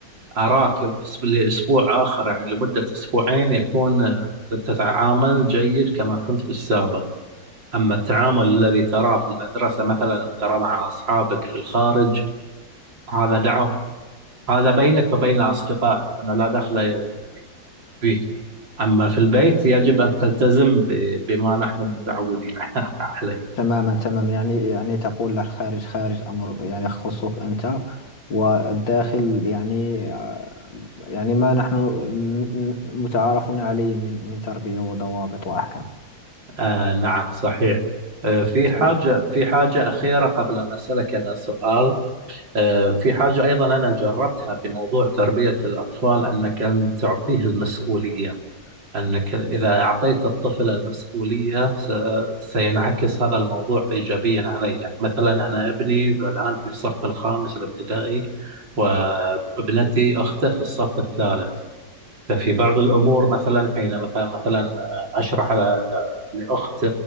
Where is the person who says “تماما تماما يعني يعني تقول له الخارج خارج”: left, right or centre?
Left